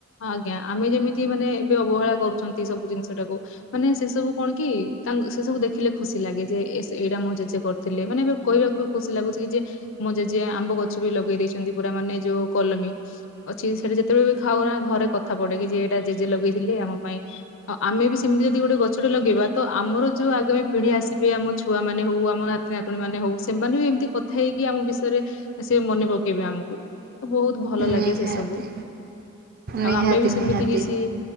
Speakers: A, on the left (about 55°); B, on the right (about 40°).
A: ଆଜ୍ଞା ଆମେ ଯେମତି ଯି ମାନେ ଏବେ ଅବହେଳା କରୁଛନ୍ତି ସବୁ ଜିନିଷ ଟାକୁ। ମାନେ ସେ ସବୁ କଣ କି ତା ସେ ସବୁ ଦେଖିଲେ ଖୁସି ଲାଗେ ଯେ ଏ ଏଇଟା ମଁ ଜେଜେ କରିଥିଲେ ମାନେ ଏବେ କହିବାକୁ ବି ଖୁସି ଲାଗୁଛି କି ଯେ ମୋ ଜେଜେ ଆମ୍ବ ଗଛ ବି ଲଗେଇ ଦେଇଛନ୍ତି ପୁରା ମାନେ ଯୋଉ କଲମୀ। ଅଛି ସେଠା ଯେତେବେଳେ ବି ଖାଉନା ଘରେ କଥା ପଡେ କି ଯେ ଏଇଟା ଜେଜେ ଲଗେଇଥିଲେ ଆମ ପାଇଁ। ଆଉ ଆମେ ବି ସେମିତି ଯଦି ଗୋଟେ ଗଛଟେ ଲଗେଇବା ତ ଆମର ଯୋଉ ଆଗାମୀ ପିଢି ଆସିବେ ଆମ ଛୁଆମାନେେ ହଉ ଆମ ନାତି ନାତୁଣୀ ମାନେ ହଉ ସେମାନେ ବି ଏମିତି କଥା ହେଇକି ଆମ ବିଷୟରେ ସେ ମନେ ପକେଇବେ ଆମକୁ, ବହୁତ୍ ଭଲ ଲାଗେ
B: ନିହାତି
A: ସେ ସବୁ, ଆଉ
B: ନିହାତି
A: ଆମେ ବି ସେମିତି
B: ନିହାତି।
A: କିଛ୍ ଇ,